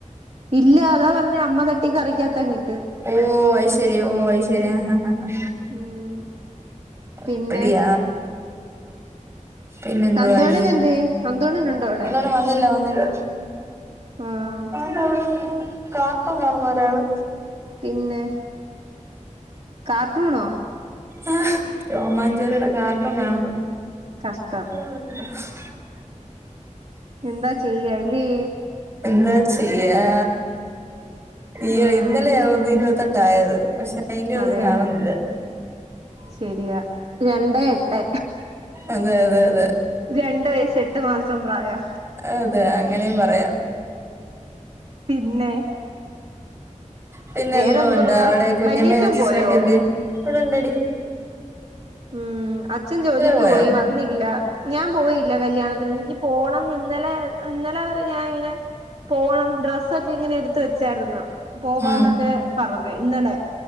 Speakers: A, on the right; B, on the right.
A: ഇല്ല അത് പറഞ്ഞേ അമ്മ തട്ടി കറി അകത്തങ്ങട്ട്.
B: ഓഹ് അയ് ശരി, ഓഹ് അയ് ശരി ആഹ് ആഹ് ആഹ്.
A: ഉം
B: അപ്പിടിയ
A: പിന്നെ
B: പിന്നെന്തുവാടീ
A: നന്ദോണൻ എന്തേ നന്ദോണൻ ഉണ്ടോ അവിടെ
B: ഒന്ന് കൂടെ വന്നില്ല വന്നില്ല.
A: ആഹ്
B: ഇവിടെയിരുന്ന് കാർട്ടൂൺ കാണുന്ന ഒരാളെ.
A: പിന്നെ കാർട്ടൂണോ?
B: ആഹ് ടോം ആൻഡ് ജെറിയുടെ കാർട്ടൂൺ കാണുന്നു.
A: കഷ്ടം
B: ആഹ്
A: എന്താ ചെയ്യ അല്ലി
B: എന്താ ചെയ്യാ ഇയ്യോ
A: ആഹ്
B: ഇന്നലെയാ ഒന്ന് ഇരുവെത്തെട്ടായത് പക്ഷെ അയ്ന്റൊന്നും
A: അതെ
B: കാണുന്നില്ല
A: അതെ ശരിയാ രണ്ട് എട്ട്
B: അതെ അതെ അതെ
A: രണ്ട് വെയസ് എട്ട് മാസം പ്രായം
B: അതെ അങ്ങെനെയും പറയാം
A: പിന്നെ
B: പിന്നെ
A: വേറെന്തുവാ
B: എന്തോ ഉണ്ട് അവിടെ കുഞ്ഞമ്മയും
A: വല്യച്ഛൻ
B: കൊച്ചച്ചനൊക്കെ
A: പോയോ
B: എന്തേ ഇവ്ടെണ്ടടി
A: ഉം അച്ഛൻ ജോലിക്ക്
B: പോയോ
A: പോയി വന്നി ല്ലാ ഞാൻ പോയില്ല കല്യാണത്തിന് എനിക്ക് പോണം ഇന്നലെ ഇന്നലെ വരെ ഞാനിങ്ങെനെ പോണം ഡ്രെസ്സൊക്കെങ്ങനെ എടുത്ത് വെച്ചാരുന്ന് പോവാന്നൊക്കെ
B: ഉം
A: പറഞ്ഞ് ഇന്നലെ